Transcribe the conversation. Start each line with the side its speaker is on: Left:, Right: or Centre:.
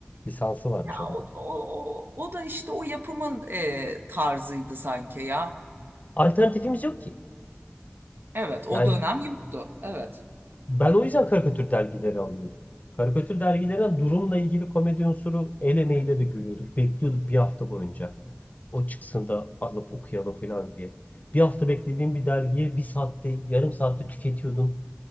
Left: Lisansı varmış
Right: Ya
Left: adamın.
Right: o, o, o, o da işte o yapımın e, tarzıydı sanki ya.
Left: Alternatifimiz yok ki.
Right: Evet o
Left: Yani
Right: dönem yoktu. Evet.
Left: ben o yüzden karikatür dergileri alıyordum. Karikatür dergilerinden durumla ilgili komedi unsuru el emeğiyle de görüyorduk. Bekliyorduk bir hafta boyunca. O çıksın da alıp okuyalım falan diye. Bir hafta beklediğim bir dergiyi bir saatte, yarım saatte tüketiyordum